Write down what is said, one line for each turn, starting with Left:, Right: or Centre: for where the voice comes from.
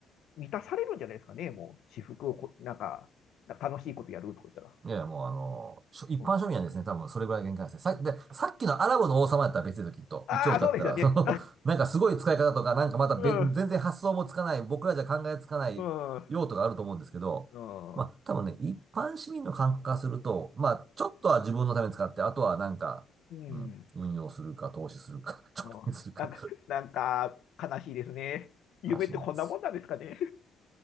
Left: 満たされるんじゃないですかね。もう、私服をこ、なんか、なんか楽しいことやるとか言ったら。
Right: いやいや、もうあのーしょ一般庶民はですね、
Left: うん、
Right: 多分それぐらいが限界なんですね。さ、で、さっきのアラブの王様やったら別ですよ、きっと。
Left: ああ、
Right: 1億あったら、
Left: そうですよね。
Right: その、<laughs> なんかすごい使い方とか、なんかまた別、
Left: <laughs> うん。
Right: 全然発想もつかない、僕らじゃ考えつかない用途があると思うんですけど、
Left: うん。うん。
Right: まあ、
Left: うん。
Right: 多分ね、一般市民の感覚からすると、まあ、ちょっとは自分のために使って、あとはなんか、
Left: うん。
Right: うん、運用するか、投資するか、<laughs> 貯金するか
Left: うん、なんか、なんか悲しいですね。夢ってこんなもんなんですかね。
Right: らしいんです。